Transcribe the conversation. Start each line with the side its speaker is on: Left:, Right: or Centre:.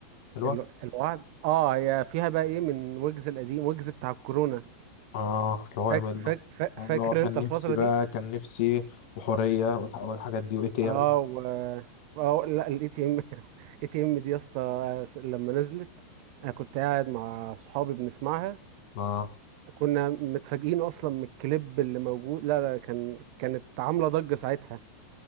Left: حلوه
Right: ال... الوعد اه هي فيها بقى ايه من ويجز القديم ويجز بتاع الكورونا
Left: اه اللي هو
Right: فاك...
Left: يعمل
Right: فاك...
Left: له
Right: فاك...
Left: اللي
Right: فاكر
Left: هو كان
Right: انت الفترة
Left: نفسي بقى
Right: دي
Left: كان نفسي وحوريه والح... والحاجات دي واي تي
Right: اه
Left: ام
Right: و اه لا الاي تي ام الاي تي ام <laughs> دي يا اسطى لما نزلت انا كنت قاعد مع صحابي بنسمعها
Left: اه
Right: كنا متفاجئين اصلا من الكليب اللي موجود لا لا كان كانت عاملة ضجة ساعتها